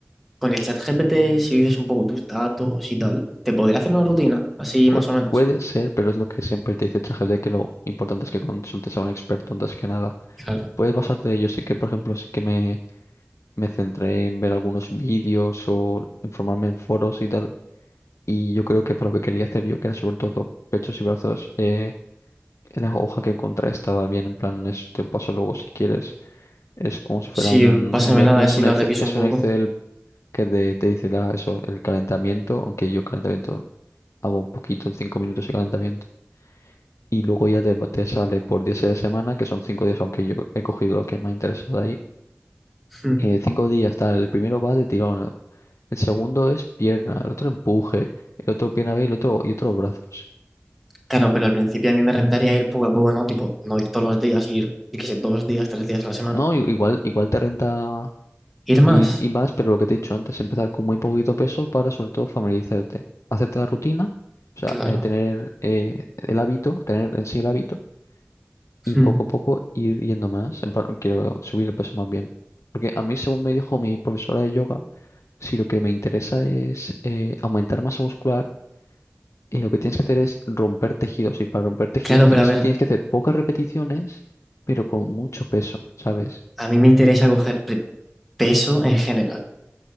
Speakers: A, in the centre; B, on the left.
A: con el chat GPT, si dices un poco tus datos y tal, ¿te podría hacer una rutina? Así
B: Pu-
A: más o menos.
B: puede ser, pero es lo que siempre te dice ChatGPT, que lo importante es que consultes a un experto antes que nada.
A: Claro.
B: Puedes basarte, yo sé que, por ejemplo, sí que me, me centré en ver algunos vídeos o informarme en foros y tal, y yo creo que para lo que quería hacer yo, que era sobre todo pechos y brazos, eh, la hoja que encontré estaba bien, en plan, es- te paso luego si quieres. Es como si fuera
A: Sí,
B: un,
A: pásamela
B: un e- es
A: a ver si
B: un
A: la
B: Excel,
A: reviso
B: es
A: un poco.
B: un Excel
A: <laughs>
B: que te, te dice la- eso, el calentamiento, aunque yo calentamiento hago un poquito, cinco minutos de calentamiento. Y luego ya te, te sale por 10 de semana, que son cinco días, aunque yo he cogido lo que me ha interesado de ahí.
A: Hmm.
B: Eh, cinco días, tal, el primero va de tirón, el segundo es pierna, el otro empuje, el otro pierna B y el otro, y otros brazos.
A: Claro, pero al principio a mí me rentaría ir poco a poco, ¿no? Tipo, no ir todos los días, ir, yo qué sé, dos días, tres días a la semana.
B: No, i- igual, igual te renta
A: ¿Ir
B: ir
A: más?
B: y más, pero lo que te he dicho antes, empezar con muy poquito peso para sobre todo familiarizarte, hacerte la rutina, o sea,
A: Claro.
B: eh, tener eh, el hábito, tener en sí el hábito y
A: Hmm.
B: poco a poco ir yendo más. En plan, quiero subir el peso más bien. Porque a mí, según me dijo mi profesora de yoga, si lo que me interesa es eh, aumentar masa muscular, eh, lo que tienes que hacer es romper tejidos. Y para romper tejidos
A: Claro,
B: tienes,
A: pero a ver,
B: tienes que hacer pocas repeticiones, pero con mucho peso, ¿sabes?
A: a mí me interesa coger pe- peso en general,